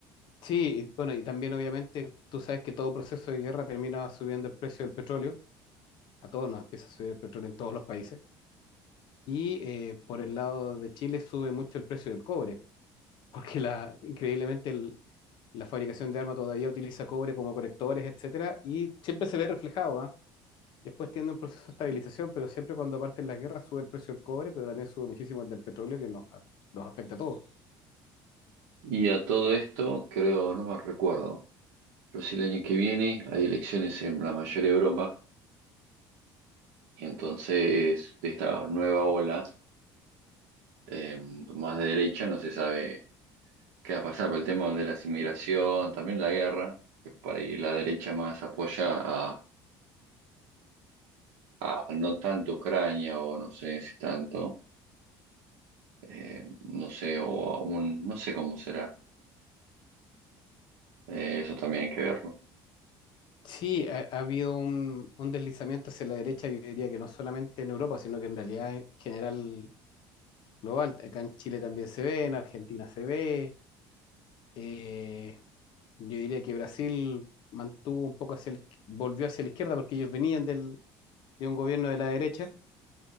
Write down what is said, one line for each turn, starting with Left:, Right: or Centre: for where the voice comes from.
Left: Sí, y bueno, y también obviamente tú sabes que todo proceso de guerra termina subiendo el precio del petróleo, a todos nos empieza a subir el petróleo en todos los países. Y eh, por el lado de Chile sube mucho el precio del cobre, <laughs> porque la, increíblemente el- la fabricación de armas todavía utiliza cobre como conectores, etcétera, y siempre se ve reflejado, ¿ah? Después tiene un proceso de estabilización, pero siempre cuando parten las guerras sube el precio del cobre, pero también sube muchísimo el del petróleo, que nos, a- nos afecta a todos.
Right: Y a todo esto, creo, no me recuerdo, pero sí el año que viene hay elecciones en la mayor Europa y entonces de esta nueva ola eh, más de derecha no se sabe qué va a pasar por el tema de la inmigración, también la guerra, que para ahí la derecha más apoya a, a no tanto Ucrania o no sé si tanto, eh, no sé, o a un, no sé cómo será, eh, eso también hay que verlo.
Left: Sí, ha, ha habido un, un deslizamiento hacia la derecha, yo diría que no solamente en Europa, sino que en realidad en general global. Acá en Chile también se ve, en Argentina se ve. eh, Yo diría que Brasil mantuvo un poco hacia la izqui- volvió hacia la izquierda porque ellos venían del, de un gobierno de la derecha.